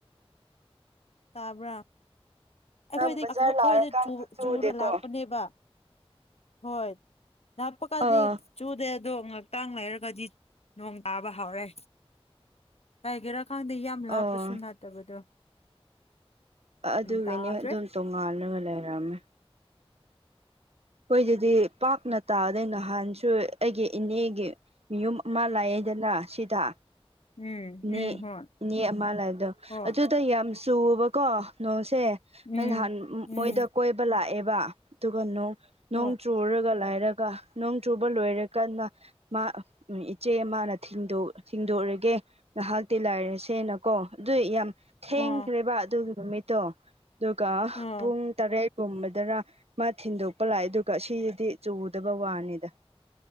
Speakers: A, on the left (about 80°); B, on the right (about 80°).
A: ꯇꯥꯕ꯭ꯔꯥ ꯑꯩꯈꯣꯏꯗꯤ
B: ꯅꯪ ꯕꯖꯥꯔ
A: ꯑꯩꯈꯣꯏꯗ
B: ꯂꯥꯛꯔꯀꯥꯟꯗꯤ
A: ꯆꯨ
B: ꯆꯨꯗꯦꯀꯣ
A: ꯆꯨꯔ ꯂꯥꯛꯄꯅꯦꯕ ꯍꯣꯏ ꯂꯥꯞꯄꯀꯥꯗꯤ
B: ꯑꯥ
A: ꯆꯨꯗꯦ ꯑꯗꯣ ꯉꯥꯛꯇꯪ ꯂꯩꯔꯒꯗꯤ ꯅꯣꯡ ꯇꯥꯕ ꯍꯧꯔꯦ ꯀꯥꯏꯒꯦꯔꯥ ꯈꯪꯗꯦ ꯌꯥꯝ ꯂꯥꯞꯄꯁꯨ
B: ꯑꯥ
A: ꯅꯥꯗꯕꯗꯣ
B: ꯑꯥ ꯑꯗꯨꯒꯤꯅꯦ
A: ꯇꯥꯗ꯭ꯔꯦ
B: ꯑꯗꯨꯝ ꯇꯣꯉꯥꯜꯂꯒ ꯂꯩꯔꯝꯃꯦ ꯈꯣꯏꯗꯗꯤ ꯄꯥꯛꯅ ꯇꯥꯗꯦ ꯅꯍꯥꯟꯁꯨ ꯑꯩꯒꯤ ꯏꯅꯦꯒꯤ ꯃꯌꯨꯝ ꯑꯃ ꯂꯥꯏꯑꯦꯗꯅ ꯁꯤꯗ
A: ꯎꯝ
B: ꯏꯅꯦ
A: ꯎꯝ ꯍꯣꯏ
B: ꯏꯅꯦ ꯑꯃ ꯂꯩꯕꯗꯣ
A: ꯍꯣꯏ
B: ꯑꯗꯨꯗ ꯌꯥꯝ ꯆꯨꯕꯀꯣ ꯅꯣꯡꯁꯦ
A: ꯎꯝ
B: ꯑ ꯅꯍꯥꯟ
A: ꯎꯝ
B: ꯃꯣꯏꯗ ꯀꯣꯏꯕ ꯂꯥꯛꯑꯦꯕ ꯑꯗꯨꯒ ꯅꯣꯡ ꯅꯣꯡ
A: ꯍꯣꯏ
B: ꯆ ꯆꯨꯔꯒ ꯂꯩꯔꯒ ꯅꯣꯡ ꯆꯨꯕ ꯂꯣꯏꯔꯦ ꯀꯟꯅ ꯃꯥ ꯎꯝ ꯏꯆꯦ ꯃꯥꯅ ꯊꯤꯟꯗꯣꯛ ꯊꯤꯟꯗꯣꯔꯒꯦ ꯉꯍꯥꯛꯇꯤ ꯂꯥꯏꯔꯁꯦꯅꯀꯣ ꯑꯗꯨꯏ ꯌꯥꯝ ꯊꯦꯡꯈ꯭ꯔꯦꯕ
A: ꯑꯣ
B: ꯑꯗꯨꯒꯤ ꯅꯨꯃꯤꯠꯇꯣ ꯑꯗꯨꯒ
A: ꯑꯣ
B: ꯄꯨꯡ ꯇꯔꯦꯠꯀꯨꯝꯕꯗꯥꯔ ꯃꯥ ꯊꯤꯟꯗꯣꯛꯄ ꯂꯥꯛꯑꯦ ꯑꯗꯨꯒ ꯁꯤꯗꯤ ꯆꯨꯗꯕ ꯋꯥꯅꯤꯗ